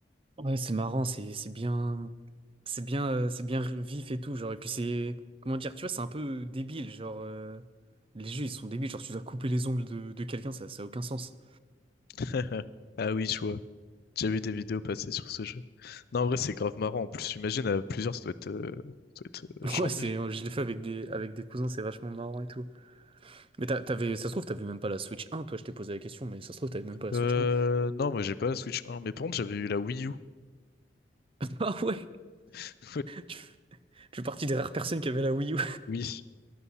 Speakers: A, on the right; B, on the left.
A: Ouais, c'est marrant, c'est c'est bien c'est bien euh, c'est bien vif et tout genre et puis c'est comment dire, tu vois, c'est un peu débile genre euh, les jeux ils sont débiles genre tu dois couper les ongles de, de quelqu'un, ça ça a aucun sens.
B: <laughs> Ah oui, tu vois. J'ai vu des vidéos passer sur ce jeu. Non, en vrai, c'est grave marrant. En plus, j'imagine à plusieurs, ça doit être, euh, ça doit être euh,
A: <laughs>
B: chambé.
A: Ouais, c'est je l'ai fait avec des avec des cousins, c'est vachement marrant et tout. Mais t'a- t'avais ça se trouve t'avais même pas la Switch 1, toi je t'ai posé la question mais ça se trouve t'avais même pas la
B: Euh,
A: Switch 1.
B: non, moi, j'ai pas la Switch 1, mais par contre, j'avais eu la Wii U.
A: <laughs> Ah ouais.
B: <laughs>
A: Tu, tu fais partie des rares personnes qui avaient la Wii U.
B: Oui.